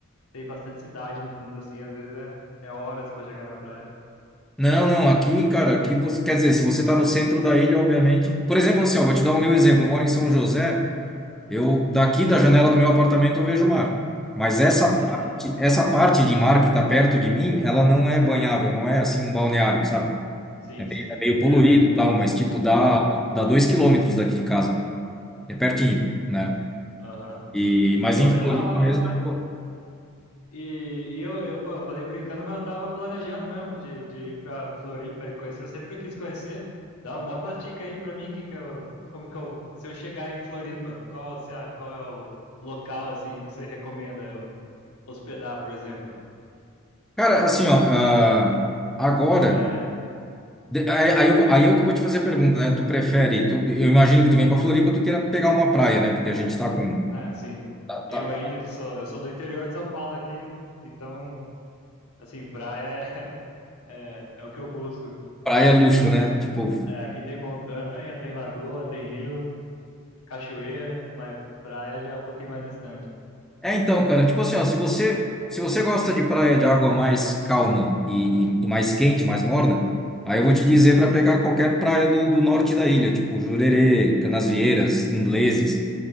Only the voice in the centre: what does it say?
Não, não, aqui, cara, aqui você, quer dizer, se você tá no centro da ilha, obviamente. Por exemplo, assim, ó, vou te dar o meu exemplo. Eu moro em São José. Eu daqui da janela do meu apartamento eu vejo o mar. Mas essa
parte, essa parte de mar que está perto de mim, ela não é banhável, não é assim um balneário, sabe?
É meio poluído
e tal, mas tipo dá
dá dois quilômetros daqui de casa, é pertinho, né?
E mas
em
Floripa
mesmo
é boa.
Cara, assim ó, ah, agora
de- aí aí eu, aí eu que vou te fazer a pergunta, né? Tu prefere? Tu, eu imagino que tu vem para Floripa, tu queira pegar uma praia, né? Porque a gente tá com
tá- tá-
praia é luxo, né? Tipo
É, então, cara, tipo assim, ó, se você, se você gosta de praia de água mais calma e, e- e mais quente, mais morna, aí eu vou te dizer para pegar qualquer praia do, do norte da ilha, tipo Jurerê, Canasvieiras, Ingleses,